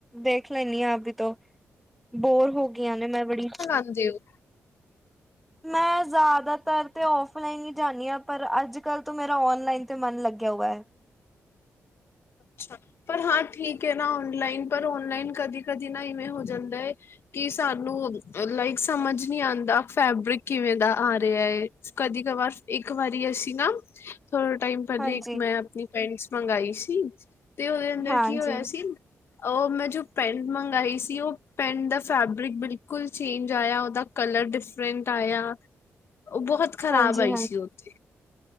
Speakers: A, in the centre; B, on the left (about 55°).
A: ਦੇਖ ਲੈਂਣੀ ਆਂ ਅਵੀ ਤੋਂ। ਬੋਰ ਹੋ ਗਈਆਂ ਨੇ ਮੈਂ ਬੜੀ
B: ਹਦੇ ਓਹ
A: ਮੈਂ ਜ਼ਿਆਦਾਤਰ ਤੇ ਔਫਲਾਈਨ ਈ ਜਾਂਣੀ ਆਂ, ਪਰ ਅੱਜ-ਕੱਲ ਤੋਂ ਮੇਰਾ ਔਨਲਾਈਨ ਤੇ ਮਨ ਲੱਗਿਆ ਹੁਆ ਐ।
B: ਅੱਛਾ ਪਰ ਹਾਂ ਠੀਕ ਐ ਨਾ ਔਨਲਾਈਨ ਪਰ ਔਨਲਾਈਨ ਕਦੀ-ਕਦੀ ਨਾ ਇਵੇਂ ਹੋ ਜਾਂਦਾ ਏ ਕਿ ਸਾਨੂੰ ਲਾਈਕ ਸਮਝ ਨੀ ਆਂਦਾ ਫੈਬਰਿਕ ਕਿਵੇਂ ਦਾ ਆ ਰੇਆ ਏ। ਕਦੀ ਕ ਵਾਰ ਇੱਕ ਵਾਰੀ ਅਸੀ ਨਾ, ਥੋੜਾ ਟਾਈਮ ਪੈਹਲੇ
A: ਹਾਂਜੀ
B: ਇੱਕ ਮੈਂ ਆਪਨੀ ਪੈਂਟਸ ਮੰਗਾਈ ਸੀ, ਤੇ ਓਦੇ ਅੰਦਰ
A: ਹਾਂਜੀ
B: ਕੀ ਹੋਇਆ ਸੀ ਓਹ ਮੈਂ ਜੋ ਪੈਂਟ ਮੰਗਈ ਸੀ ਓਹ ਪੈਂਟ ਦਾ ਫੈਬਰਿਕ ਬਿਲਕੁਲ ਚੇਂਜ ਆਇਆ ਓਦਾ ਕਲਰ ਡਿਫਰੈਂਟ ਆਏਆ ਓਹ ਬਹੁਤ ਖ਼ਰਾਬ
A: ਹਾਂਜੀ
B: ਆਈ ਸੀ ਓਹ ਤੇ